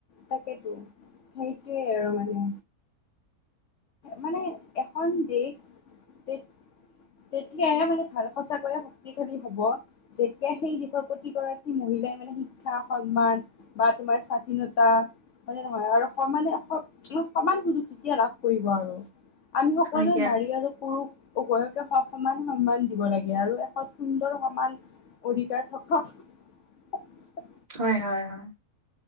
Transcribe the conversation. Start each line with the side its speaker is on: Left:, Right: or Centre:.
Left: থাকেতো সেইটোৱেই আৰু মানে। মানে এখন দেশ তে তেতিয়াহে মানে ভাৰত সচাকৈয়ে শক্তিশালী হ'ব যেতিয়া সেই দেশৰ প্ৰতিগৰাকী মহিলা দিলে মানে শিক্ষা সন্মান বা তোমাৰ স্বাধীনতা হয়নে নহয় আৰু সমানে স-সমান সুযোগ তেতিয়া লাভ কৰিব আৰু। আমি সকলোৱে
Right: হয় দিয়া
Left: নাৰী আৰু পুৰুষ উভয়কে সমান সন্মান দিব লাগে আৰু এখন সুন্দৰ সমাজ অধিকাৰ থকা <unintelligible>
Right: হয়, হয়, হয়।